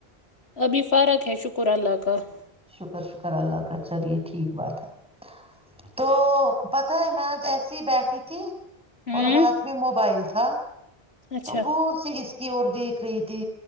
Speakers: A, on the left; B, in the centre.
A: ابھی فارق ہے شکر اللہ کا <inaudible>
B: شکر شکر اللہ کا چلے ٹھیک بات ہے <inaudible> تو پت ہے <inaudible> میں جیسی ہی بیٹھی تھی <inaudible>
A: ہوں
B: اور ہاتھ میں موبائل تھا <inaudible> ہاں <inaudible>
A: اچھا
B: تو گور چ اس <inaudible> کی اور دیکھ رہی تھی